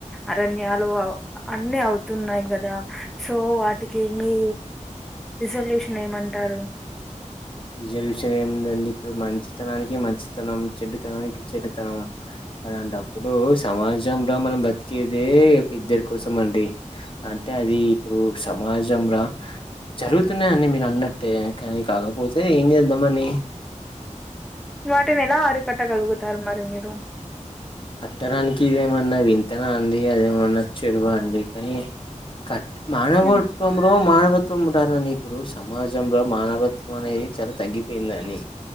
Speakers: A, in the centre; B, on the left.
A: అరణ్యాలు అన్ని అవుతున్నాయి కదా సో వాటికి మీ రిసల్యూషన్ ఏమంటారు
B: రిసెల్యూషన్ విషయం ఏముందండి ఇప్పుడు మంచితనానికి మంచితనం చెడ్డుతనానికి చెడ్డుతనం అలాంటే అప్పుడు సమాజంల మనం బతికేది ఒక ఇద్దరి కోసం అండి అంటే అది ఇప్పుడు సమాజంల జరుగుతున్నాయి అని మీరు అన్నట్టే కానీ కాకపోతే ఏ ఏంజెద్దమనీ
A: వాటిని ఎలా ఆరికట్ట కలుగుతారు మరి మీరు
B: కట్టడానికి ఇదేమన్నా వింతన అండి అదేమన్నా చెరువు అండి కానీ కట్ మానవత్వంలో
A: హ్మ్
B: మానవత్వం టారని ఇప్పుడు సమాజంలో మానవత్వం అనేది చాలా తగ్గిపోయిందని